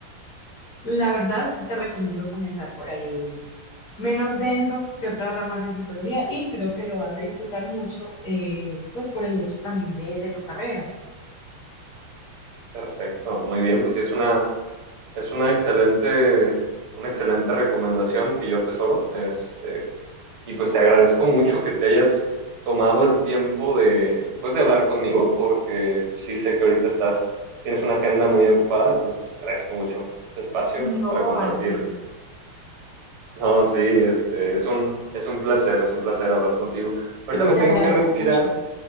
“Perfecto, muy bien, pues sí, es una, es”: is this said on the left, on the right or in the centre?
Right